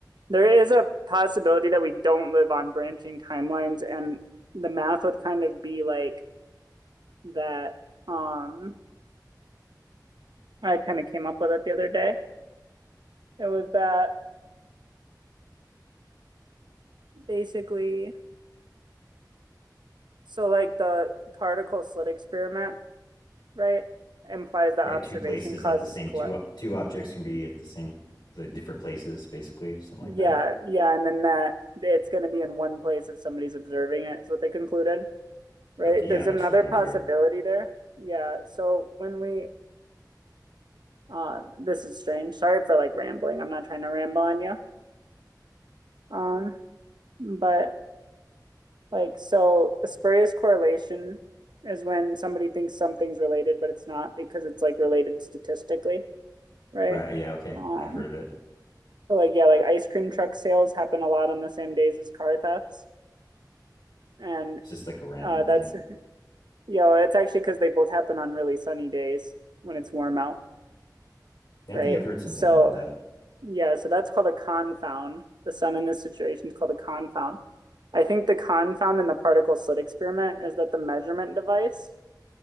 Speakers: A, on the right; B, on the left.
A: There is a possibility that we don't live on branching timelines, and the math would kind of be like that. Um, I kind of came up with it the other day. It was that basically, so like the particle slit experiment, right, implies that
B: Right,
A: observation
B: two places
A: causes
B: at the same
A: collapse.
B: two two objects can be at the same the different places, basically something
A: Yeah,
B: like that.
A: yeah, and then that it's going to be in one place if somebody's observing it, is what they concluded, right?
B: Okay, yeah,
A: There's
B: like
A: another
B: Schrodinger.
A: possibility there. Yeah, so when we Uh, this is strange. Sorry for like rambling. I'm not trying to ramble on you. Um, but like, so a spurious correlation is when somebody thinks something's related, but it's not because it's like related statistically, right?
B: Right, yeah, okay,
A: Um,
B: I've heard of it.
A: so like, yeah, like ice cream truck sales happen a lot on the same days as car thefts. And
B: It's just like a random
A: uh,
B: thing.
A: that's, you know, it's actually because they both happen on really sunny days when it's warm out,
B: Yeah,
A: right?
B: I think I've heard something
A: So
B: about that.
A: Yeah, so that's called a confound. The sun in this situation is called a confound. I think the confound in the particle slit experiment is that the measurement device